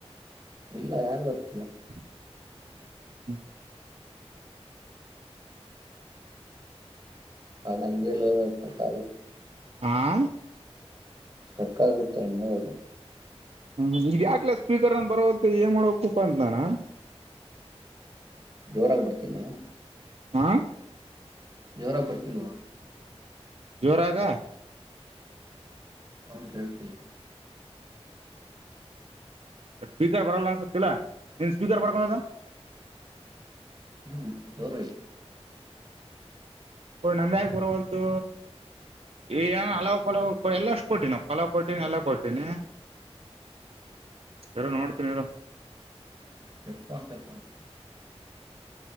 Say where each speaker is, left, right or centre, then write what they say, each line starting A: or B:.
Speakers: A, on the right; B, on the right.
A: ಇಲ್ಲ ಯಾರು ಅಿಲ್ಲ
B: ಹ್ಮ್ ಹ್ಮ್ ಹ್ಮ್ ಹ್ಮ್
A: ಹೌದ ಹಂಗೆಲ್ಲೋ ಸಕ್ಕ ಆಗುತ್ತೆ
B: ಆಾ
A: ಸ್ಟ್ರಕ್ಕ ಆಗಿ ಬಿಡ್ತೇ ಒಮ್ಮೆ ಅದು
B: ಹ್ಮ್ ಈ ಯಾಕ್ಲ ಸ್ಪೀಕರ್ಂದ ಬರವ ಏನ್ ಮಾಡಬೇಕಪ್ಪಾ ಅಂತಣ್ಣಾ
A: ಜೋರಾಗಿ ಬರ್ತಿಲ್ವಾ
B: ಹಾ
A: ಜೋರಾಗಿ ಬರ್ತಿಲ್ವಾ
B: ಜೋರಾಗ
A: ಅವನ್ ಕಳ್ತ
B: ಸ್ಪೀಕರ್ ಬರಲ್ಲ ಅನಿಸುತ್ತಿಲ್ಲ ಸ್ಪೀಕರ್ ಬರಕದ
A: ಹ್ಮ್ ಜೋರ
B: ನಂದಾಯಕ್ ಬುರವಲ್ತು ಈಗ ಅಲಾವ್ ಪಲಾವ್ ಕೊಟಿನ್ ಎಲ್ಲ ಅಷ್ಟ್ ಕೊಟ್ಟೀನಿ ಅಲಾವ ಕೊಟ್ಟಿನಿ ಪಲಾವ್ ಕೊಟ್ಟೀನಿ ಎಲ್ಲಾ ಕೊತನಿ ಇರೋ ನೋಡ್ತನ ಇರು
A: <unintelligible>